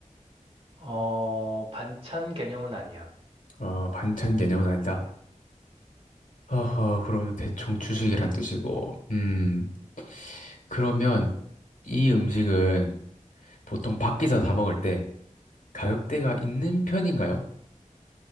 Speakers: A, on the right; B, on the left.
A: 어, 반찬 개념은 아니야.
B: 어 반찬 개념은 아니다. 허허 그러면 대충 주식이란 뜻이고. 음 그러면 이 음식은 보통 밖에서 사 먹을 때 가격대가 있는 편인가요?